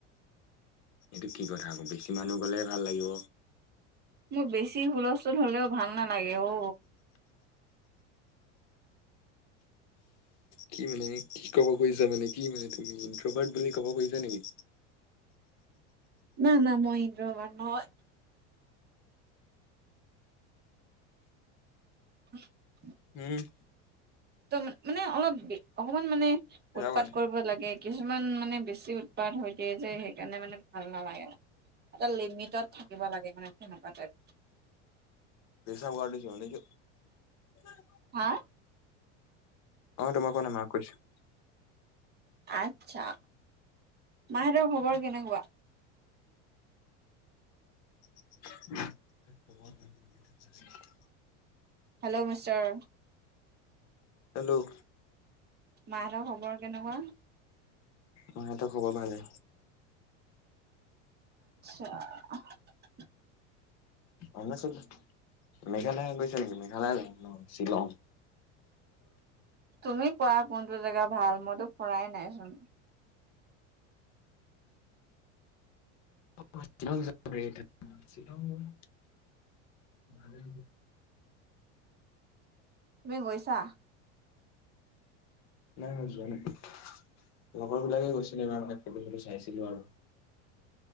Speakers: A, on the left; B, on the right.
A: এইটো কি কথা আকৌ বেছি মানুহ গলে ভাল লাগিব?
B: মোৰ বেছি হুলস্থুল হলেও ভাল নালাগে অ।
A: কি মানে কি কব খুজিছ মানে কি মানে তুমি ইন্তবাৰ্ট বুলি কব খুজছা নেকি।
B: না না মহহিন্দ্ৰ ভৰণয় <unintelligible>
A: উম
B: ত মানে অলপ অকমান মানে। উৎপাত
A: ৰ
B: কৰিব লাগে কিছুমান মানে বেছি উৎপাত হৈ দিয়ে যে সেইকাৰণে মানে ভাল নালাগে? এটা লিমিটত থাকিব লাগে মানে তেনেকুৱা টাইপ।
A: পেইচা ভবাৰি কিমান <unintelligible>
B: হা
A: অ তোমাক কৰা নাই মাক কৈছো।
B: আচ্ছা মাহঁতৰ খবৰ কেনেকুৱা?
A: <unintelligible>
B: Hello mister.
A: হেল্ল'
B: মাহতৰ খবৰ কেনেকুৱা?
A: মাহত খবৰ ভালে।
B: <unintelligible>
A: অৰুণাচল। মেঘালয় গৈছে নেকি মেঘালয় য ন শ্বিলং।
B: তুমি কোৱা কোনটো জেগা ভাল মইতো ফুৰাই নাইচোন?
A: <unintelligible>
B: তুমি গৈছা।
A: নাই মই যোৱা নাই। লগৰ বিলাকে গৈছিলো এইবাৰ মানে ফটো চটো চাইছিলো আৰু।